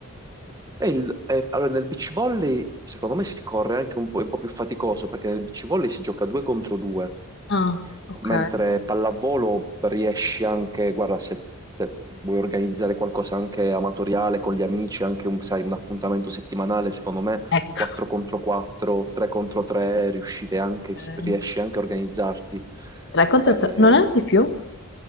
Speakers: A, on the right (about 15°); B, on the left (about 55°).
A: E il- e- allora, nel beach volley, secondo me, si corre anche un po', è un po' più faticoso perché nel beach volley si gioca due contro due.
B: Ah, ok.
A: Mentre pallavolo riesci anche, guarda, se te- vuoi organizzare qualcosa anche amatoriale con gli amici, anche un, sai, un appuntamento settimanale, secondo me
B: Ecco.
A: 4 contro 4, 3 contro 3, riuscite anche,
B: Ok.
A: riesci anche a organizzarti.
B: Tre contro
A: Eh,
B: tre. Non è di più?